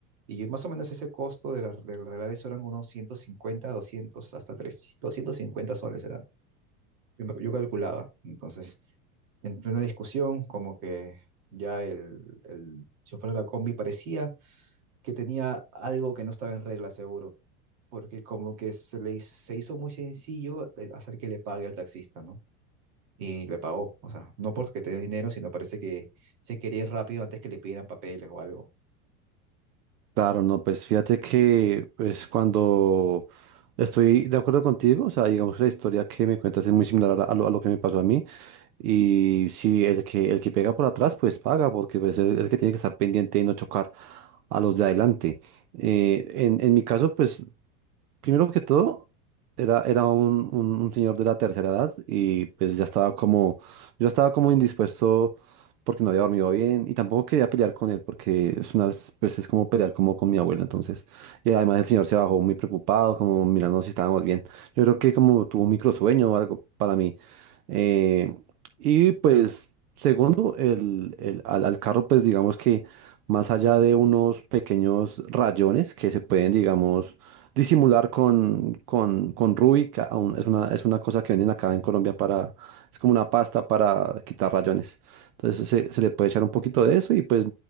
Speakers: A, on the right; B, on the right.
A: y más o menos ese costo de la- de arreglar eso eran unos 150, 200 hasta tres doscientos cincuenta soles era, yo, me- yo calculaba. Entonces, en plena discusión, como que ya el, el chofer de la combi parecía que tenía algo que no estaba en regla, seguro. Porque como que se le, hiz- se hizo muy sencillo eh, hacer que le pague al taxista, ¿no? y le pagó. O sea, no porque tenía dinero, sino parece que se quería ir rápido antes que le pidieran papeles o algo.
B: Claro, no, pues fíjate que pues cuando estoy de acuerdo contigo, o sea, digamos que la historia que me cuentas es muy similar a, a lo, a lo que me pasó a mí y si el que el que pega por atrás pues paga porque pues es el que tiene que estar pendiente y no chocar a los de adelante. Eh, en, en mi caso pues Primero que todo, era, era un, un- un señor de la tercera edad y pues ya estaba como, yo estaba como indispuesto porque no había dormido bien y tampoco quería pelear con él porque es una pues es como pelear como con mi abuela, entonces, y además el señor se bajó muy preocupado, como mirando si estábamos bien. Yo creo que como tuvo un microsueño o algo para mí. Eh, y pues, segundo, el, el- al, al carro, pues digamos que más allá de unos pequeños rayones que se pueden, digamos, disimular con, con, con Ruby, que aún es una, es una cosa que venden acá en Colombia para, es como una pasta para quitar rayones. Entonces se, se le puede echar un poquito de eso y pues